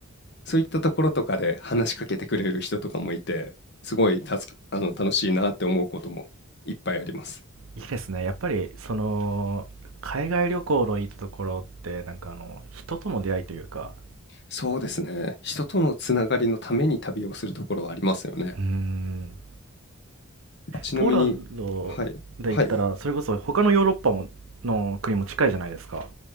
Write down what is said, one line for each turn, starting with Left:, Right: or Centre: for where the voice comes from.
Left: そういったところとかで話しかけてくれる人とかもいて、すごい助かあの楽しいなって思うこともいっぱいあります。
Right: いいですね。やっぱり、その、海外旅行のいいところって、なんかあの、人との出会いというか、
Left: そうですね。人とのつながりのために旅をするところはありますよね。
Right: うーん。
Left: ちなみに、
Right: ポーランドで言ったら、
Left: はい、はい、
Right: それこそ他のヨーロッパもの国も近いじゃないですか。